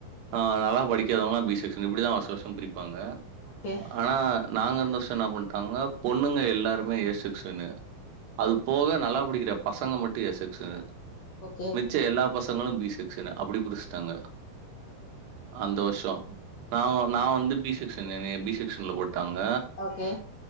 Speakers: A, on the right; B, on the left.
A: ஆ நல்லா படிக்காதவங்கல்லா பி செக்க்ஷன் இப்டிதா வருஷ வருஷோ பிரிப்பாங்க
B: ஓகே
A: ஆனா நாங்க இருந்த வருஷோ என்ன பண்டாங்க பொண்ணுங்க எல்லாருமே ஏ செக்க்ஷனு அது போக நல்லா படிக்கிற பசங்க மட்டு ஏ செக்ஷனு
B: ஓகே
A: மிச்ச எல்லா பசங்க ங்களு பி செக்ஸ்னு அப்டி பிரிச்சுட்டாங்க அந்த வருஷோ நா நா வந்து பி செக்க்ஷன் என்னைய பி செக்க்ஷன்ல்ல போட்டாங்க
B: ஓகே